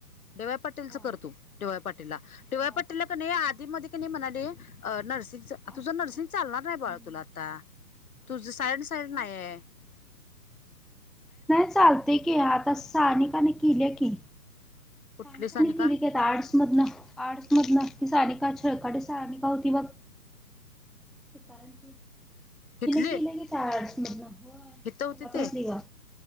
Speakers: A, on the left; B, in the centre.
A: डी वाय पटीलच
B: हा
A: कर तु, डी वाय पाटील ला डी वाय
B: हा
A: पाटील ला का नयी आधी नायी म्हणाले नर्सिंगच, तुझ
B: असते
A: नर्सिंग
B: असते
A: चालणार
B: हम्म
A: नायी बाळ तुला आता तुझ सायन साईड
B: का
A: नाइये
B: नायी, चालते की आता साानिकाने केले की
A: कुठली
B: सानिकाने
A: सानिका
B: केली की, आता आर्टस मधन आर्ट्स मधन ती सानिका छळकाटे सानिका होती बघ? <inaudible> तिने
A: हिथली
B: किले की आर्टस मधन होय
A: हित होती
B: <inaudible>
A: ते
B: प्रसली ग,